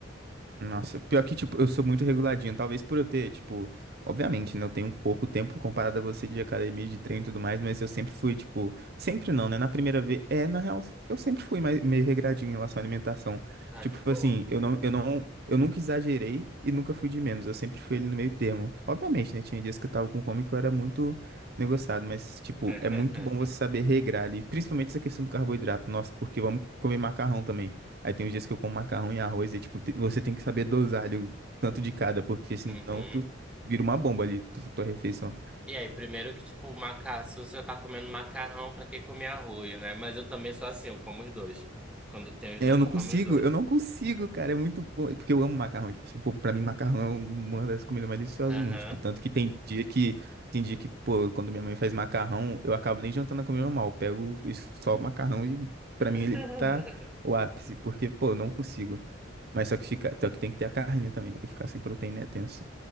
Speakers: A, on the right; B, in the centre.
A: Nossa, pior que, tipo, eu sou muito reguladinho. Talvez por eu ter, tipo, obviamente, né? Eu tenho pouco tempo comparado a você de academia, de treino e tudo mais, mas eu sempre fui, tipo, sempre não, né? Na primeira vez, é, na real, eu sempre fui mais, meio regradinho em relação à alimentação.
B: Ah,
A: Tipo
B: que bom.
A: assim, eu não, eu não, eu nunca exagerei e nunca fui de menos. Eu sempre fui ali no meio termo. Obviamente, né? Tinha dias que eu tava com fome que eu era muito negociado, mas, tipo,
B: <laughs>
A: é muito bom você saber regrar ali, principalmente essa questão do carboidrato. Nossa, porque vamos comer macarrão também. Aí tem os dias que eu como macarrão e arroz, e tipo, te- você tem que saber dosar ali o tanto de cada, porque senão
B: Uhum.
A: tu vira uma bomba ali, tu, tua refeição.
B: E aí, primeiro que, tipo, macarrão, se você tá comendo macarrão, pra que comer arroz, né? Mas eu também sou assim, eu como os dois. Quando tem os
A: É,
B: dois,
A: eu não
B: eu
A: consigo,
B: como os dois.
A: eu não consigo, cara, é muito bom, porque eu amo macarrão, tipo, assim, pô, pra mim macarrão é uma das comidas mais deliciosas
B: Aham.
A: do mundo, tipo, tanto que tem dia que, tem dia que, pô, quando minha mãe faz macarrão, eu acabo nem jantando a comida normal, eu pego isso- só o macarrão e pra mim
B: <laughs>
A: ele tá o ápice, porque, pô, eu não consigo. Mas só que, fica, só que tem que ter a carne também, porque ficar sem proteína é tenso.